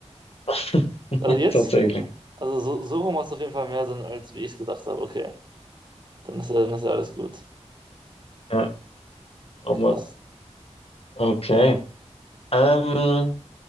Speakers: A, on the left; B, on the right.
A: <laughs>
B: Also
A: ja,
B: jetzt,
A: tatsächlich.
B: also so, so rum macht es auf jeden Fall mehr Sinn, als wie ich es gedacht habe. Okay, dann ist ja, dann ist ja alles gut.
A: Ja, oh
B: Krass.
A: Mann. Okay. Ähm,